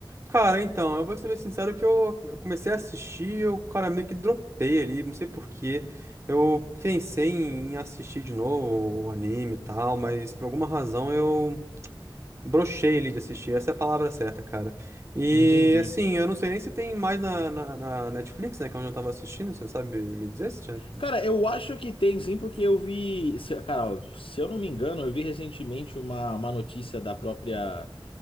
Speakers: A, on the right; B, on the left.
A: Cara, então, eu vou ser bem sincero que eu eu comecei a assistir, eu, cara, meio que dropei ali, não sei por quê. Eu pensei em assistir de novo o anime e tal, mas por alguma razão eu brochei ali de assistir, essa é a palavra certa, cara. E,
B: Entendi.
A: assim, eu não sei nem se tem mais na, na, na Netflix, né, que é onde eu tava assistindo, você sabe me dizer se tinha?
B: Cara, eu acho que tem sim, porque eu vi. se- Cara, ó, se eu não me engano, eu vi recentemente uma, uma notícia da própria,